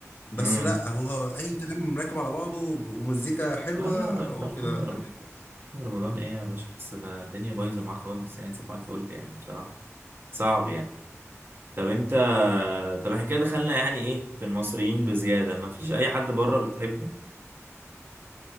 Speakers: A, on the left; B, on the right.
A: بس
B: امم
A: لا هو اي كلام راكب على بعضه ومزيكا حلوه
B: لا لا لا انت
A: هو
B: محمد
A: كده تمام
B: رمضان ايه يا باشا بس ده الدنيا بايظه معاه خالص يعني صباح الفل يعني بصراحه صعب يعني طب انت طب احنا كده دخلنا يعني ايه في المصريين بزياده ما فيش اي حد بره بتحبه